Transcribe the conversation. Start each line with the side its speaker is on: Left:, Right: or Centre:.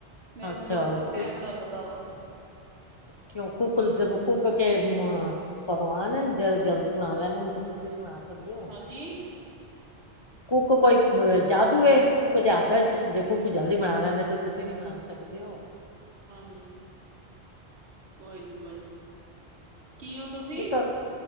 Right: ਮੈਨੂੰ
Left: ਅੱਛਾ
Right: ਤਾਂ ਬਹੁਤ ਟਾਈਮ
Left: ਕਿਉਂ
Right: ਲੱਗਦਾ ਵਾ
Left: ਕਿਉਂ ਕੂਕ, ਜੇ ਕੁਕ ਐ ਭਗਵਾਨ ਅਨ, ਜਲਦੀ ਬਣਾ ਲੈਂਦੇ, ਤੇ ਤੁਸੀਂ ਨ ਬਣਾ ਸਕਦੇ ਹੋ।
Right: ਹਾਂਜੀ
Left: ਕੁੱਕ ਕੋਈ ਜਾਦੂ ਏ, ਕੁੱਕ ਦੇ ਹੱਥ ਚ ਜੇ ਕੁੱਕ ਜਲਦੀ ਬਣਾ ਲੈਂਦੇ, ਤੇ ਤੁਸੀਂ ਤੁਸੀ ਨੀ ਬਣਾ ਸਕਦੇ ਹੋ
Right: ਹਾਂਜੀ ਕੋਈ ਨੀ, ਕੋਈ ਨੀ ਕੀ ਹੋ ਤੁਸੀਂ
Left: ਕੀ ਕਰ